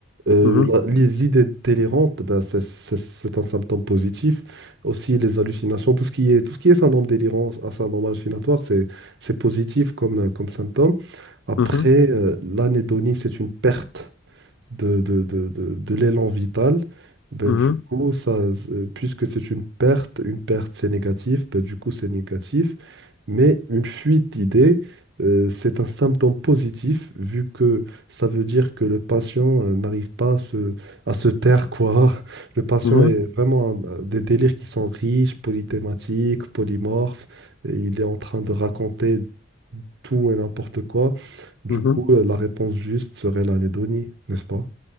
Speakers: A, on the right; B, on the left.
A: Euh,
B: mhm,
A: la- les idées délirantes, ben, c'est c'est- c'est un symptôme positif. Aussi les hallucinations, tout ce qui est, tout ce qui est syndrome délirant, un syndrome hallucinatoire, c'est c'est positif comme, comme symptôme. Après,
B: mhm,
A: euh, l'anédonie, c'est une perte de, de, de- de- de l'élan vital, ben,
B: mhm,
A: du coup, ça, euh, puisque c'est une perte, une perte c'est négatif, ben, du coup c'est négatif, mais une fuite d'idées, euh, c'est un symptôme positif, vu que ça veut dire que le patient euh, n'arrive pas à se, à se taire, quoi. <laughs> Le patient
B: mhm,
A: est vraiment un- un- des délires qui sont riches, polythématiques, polymorphes, et il est en train de raconter tout et n'importe quoi. Du
B: mhm.
A: coup, euh, la réponse juste serait l'anédonie, n'est-ce pas?